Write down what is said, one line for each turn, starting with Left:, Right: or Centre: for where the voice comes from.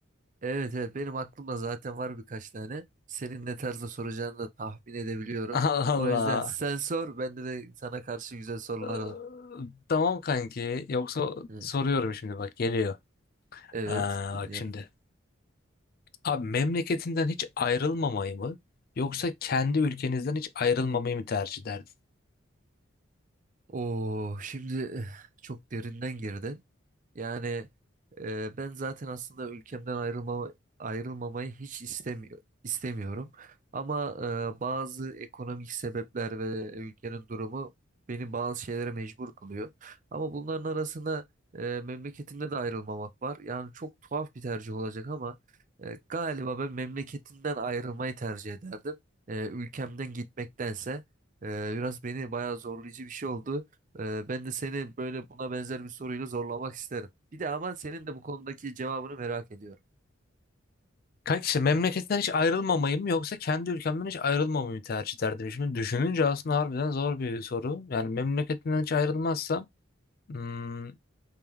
Right: Evet evet benim aklımda zaten var birkaç tane. Senin ne tarzda soracağını da tahmin edebiliyorum.
Left: <laughs> Allah Allah.
Right: O yüzden sen sor bende de sana karşı güzel sorular
Left: Ee,
Right: var.
Left: Tamam kanki. Yoksa
Right: Hı.
Left: soruyorum şimdi bak geliyor.
Right: Evet
Left: Aa,
Right: dinliyorum.
Left: bak şimdi. Abi memleketinden hiç ayrılmamayı mı yoksa kendi ülkenizden hiç ayrılmamayı mı tercih ederdin?
Right: Oo, şimdi eh, çok derinden girdin. Yani e, ben zaten aslında ülkemden ayrılma, ayrılmamayı hiç istemiyor, istemiyorum. Ama e, bazı ekonomik sebepler ve ülkenin durumu beni bazı şeylere mecbur kılıyor. Ama bunların arasında e, memleketimde de ayrılmamak var. Yani çok tuhaf bir tercih olacak ama e, galiba ben memleketimden ayrılmayı tercih ederdim. E, ülkemden gitmektense. Ee, biraz beni bayağı zorlayıcı bir şey oldu. Ee, ben de seni böyle buna benzer bir soruyla zorlamak isterim. Bir de ama senin de bu konudaki cevabını merak ediyorum.
Left: Kanki işte memleketinden hiç ayrılmamayı mı yoksa kendi ülkemden hiç ayrılmamayı mı tercih ederdim? Şimdi düşününce aslında harbiden zor bir soru. Yani memleketinden hiç ayrılmazsam hmm,